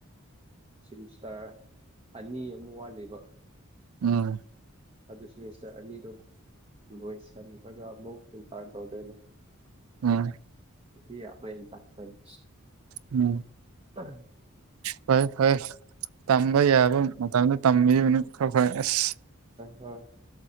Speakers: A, on the right; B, on the right.
A: ꯁꯤꯃꯤꯁꯇꯔ ꯑꯅꯤ ꯑꯃ ꯋꯥꯠꯂꯤꯕ
B: ꯎꯝ
A: ꯑꯗꯨꯁꯨ ꯃꯤꯁꯇꯔ ꯑꯅꯤꯗꯨꯣ ꯂꯣꯏꯁꯤꯟꯈ꯭ꯔꯒ ꯑꯃꯨꯛ ꯏꯟꯇꯔꯟ ꯇꯧꯗꯣꯏꯅꯦ
B: ꯎꯝ
A: ꯍꯕ ꯇꯄꯅꯤ
B: ꯎꯝ
A: ꯑ
B: ꯐꯔꯦ ꯐꯔꯦ ꯇꯝꯕ ꯌꯥꯕ ꯃꯇꯝꯗ ꯇꯝꯕꯤꯕꯅ ꯐ ꯐꯣꯏ ꯑꯁ
A: ꯍꯣꯏ